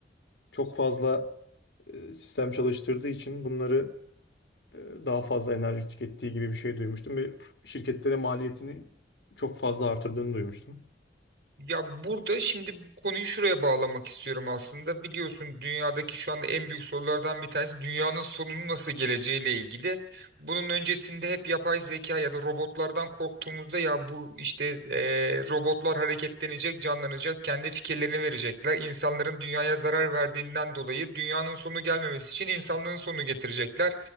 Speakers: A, on the left; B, on the right.
A: çok fazla e, sistem çalıştırdığı için bunları e, daha fazla enerji tükettiği gibi bir şey duymuştum ve şirketlere maliyetini çok fazla artırdığını duymuştum.
B: Ya burada şimdi konuyu şuraya bağlamak istiyorum aslında. Biliyorsun dünyadaki şu anda en büyük sorulardan bir tanesi dünyanın sonunun nasıl geleceğiyle ilgili. Bunun öncesinde hep yapay zeka ya da robotlardan korktuğumuzda ya bu işte eee, robotlar hareketlenecek, canlanacak, kendi fikirlerini verecekler. İnsanların dünyaya zarar verdiğinden dolayı dünyanın sonu gelmemesi için insanlığın sonu getirecekler.